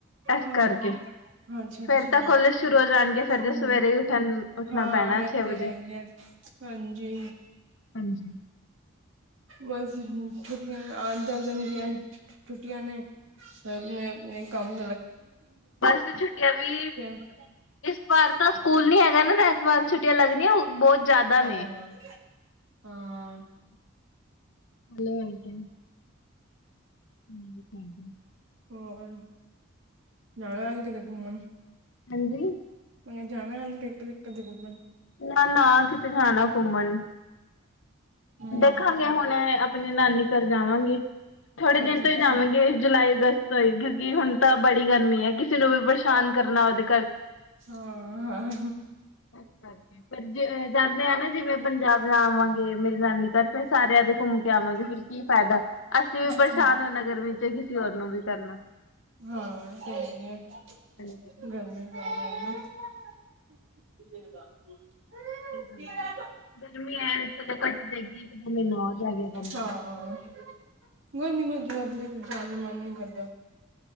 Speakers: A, on the left; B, on the right.
A: ਇਸ
B: ਹਾਂ
A: ਕਰਕੇ।
B: ਅੱਛਾ
A: ਫੇਰ
B: ਅੱਛਾ
A: ਤਾ ਕੋਲੇਜ ਸ਼ੁਰੂ ਹੋ ਜਾਨਗੇ, ਫੇਰ
B: ਹਮ
A: ਤੇ ਸਵੇਰੇ ਈ ਉੱਠਨ ਉੱਠਨਾ
B: ਹਾਂ
A: ਪੈਣਾ
B: ਇਹ
A: ਛੇ
B: ਤੇ
A: ਵਜੇ।
B: ਹੈ ਹੀ ਹੈ ਹਾਂਜੀ।
A: ਹਾਂਜੀ।
B: ਬਸ ਛੁੱਟੀਆਂ <unintelligible> ਛੁੱਟੀਆਂ ਨੇ ਅਪਨੇ- ਅਪਨੇ ਕੰਮ <unintelligible>
A: ਵੈਸੇ ਛੁੱਟੀਆਂ ਵੀ
B: <unintelligible>
A: ਇਸ ਵਾਰ ਤਾ ਸਕੂਲ ਨੀ ਹੈਗਾ ਨਾ, ਤੇ ਏਸ ਵਾਰ ਛੁੱਟੀਆਂ ਲੱਗਦੀਆਂ ਓ ਬਹੁਤ ਜਾਦਾ
B: ਹਾਂ
A: ਨੇ।
B: ਹਾਂ।
A: <unintelligible> <inaudible>
B: ਹੋਰ ਜਾਨਾ ਏ ਕਿਤੇ ਘੁੰਮਨ?
A: ਹਾਂਜੀ।
B: ਮੈਂ ਜਾਣਾ ਅਗੇ <unintelligible> ਘੁੰੱਮਨ।
A: ਨਾ, ਨਾ ਕਿਥੇ ਜਾਨਾ ਘੁੰਮਨ,
B: ਹਮ
A: ਦੇਖਾਂਗੇ ਹੁਣੇ- ਆਪਨੇ ਨਾਨੀ ਘਰ ਜਾਵਾਂਗੇ। ਥੋੜੇ ਦਿਨ
B: ਅੱਛਾ
A: ਤੋਂ
B: ਅੱਛਾ
A: ਹੀ ਜਾਵਾਂਗੇ, ਜੁਲਾਈ-ਅਗਸਤ ਤੋਂ ਹੀ, ਕਿਉਂਕਿ ਹੁਣ ਤਾਂ ਬੜੀ ਗਰਮੀ ਏ ਕਿਸੇ ਨੂੰ ਵੀ ਪਰਸ਼ਾਨ ਕਰਨਾ ਓਦੇ
B: ਹਾਂ।
A: <unintelligible> ਜਾਂਦੇ ਆ ਨਾ ਜਿਵੇਂ ਪੰਜਾਬ ਜਾਵਾਂਗੇ ਮੇਰੀ ਨਾਨੀ ਘਰ ਫੇਰ ਸਾਰਿਆਂ ਤੇ ਘੁੰਮ ਕੇ ਆਵਾਂਗੇ, ਫਿਰ ਕੀ ਫੇਦਾ, ਅਸੀਂ ਵੀ ਪਰਸ਼ਾਨ
B: ਹਾਂ
A: ਹੋਨੇ ਆ ਗਰਮੀ ਚ ਕਿਸੀ ਹੋਰ ਨੂੰ ਵੀ ਕਰਨਾ।
B: ਹਾਂ
A: ਹਾਂਜੀ
B: <unintelligible>
A: ਸਹੀ
B: <inaudible>
A: ਕੋਈ ਗਾਲ ਨੀ,
B: ਨਾ
A: ਗਰਮੀ ਐ ਚਲੋ ਘੱਟ ਜੇਗੀ, ਇੱਕ ਦੋ ਮੀਨਾ ਹੋਰ ਰੇ ਗਿਆ ਗਰਮੀ
B: ਹਾਂ <unintelligible> ਜਾਨ ਨੂੰ ਮਾਨ ਨੀ ਕਰਦਾ।